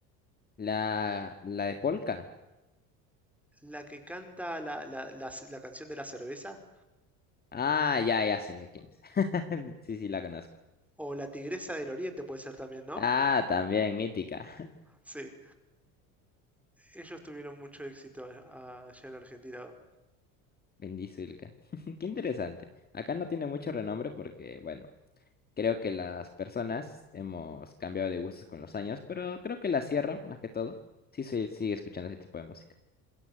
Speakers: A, on the left; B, in the centre.
A: La, la de Polka.
B: la que canta la, la la- la canción de la cerveza,
A: Ah, ya, ya sé, ya quién es. <laughs> Sí, sí, la conozco.
B: o La Tigresa del Oriente puede ser también, ¿no?
A: Ah, también, mítica.
B: Sí, ellos tuvieron mucho éxito a- allá en Argentina.
A: Bendizulca. <laughs> Qué interesante. Acá no tiene mucho renombre porque, bueno, creo que las personas hemos cambiado de gustos con los años, pero creo que la sierra, más que todo, sí se sigue escuchando ese tipo de música.